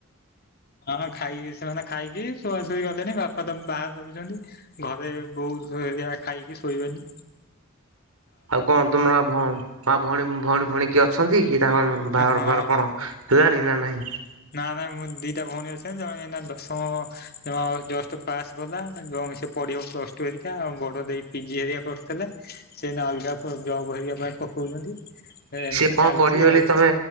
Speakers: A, on the left; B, on the right.
A: ହଁ ଖାଇକ ସେମାନେ ଖାଇକି ଶୁଆ ଶୁଇ ଗଲେଣି, ବାପା ବାହା ସବୁଛନ୍ତି ଘରେ ବହୁତଆ ଖାଇକି ଶୋଇବେନି।
B: ଆଉ କଣ ତମରଉଣ ମା, ଭଉଣୀ, ଭଉଣୀ, ଭଉଣୀ କି ଅଛନ୍ତି କି? ତାଙ୍କ ବାହର
A: ହଁ ହଁ।
B: ଫହାର
A: ହଁ
B: କଣ? ତ ଜାଣି ନା ନାହିଁ।
A: ନା ନାଇଁ ମୁଁ ଦିଟା ଭଉଣୀ ଅଛ, ଜଣେ ଦଶମ ଜଷ୍ଟ ପାସ୍ ଗଲା, ଏବଂ ସେ ପଢିବ ପ୍ଲସ ଟୁରିକା, ଆ ବଡ ଦେଇ ପିଜି ହେରିକା କରିଥିଲେ। ସେନା ଅଲଗା ଜବ ହେରେକା ପାଇଁ ପକଉଛନ୍ତି। ଏମିତି
B: ସିଏ କଁ
A: ଚାଲିଛି
B: ପଢିବ ବୋଲି
A: ଆଉ।
B: ତମେ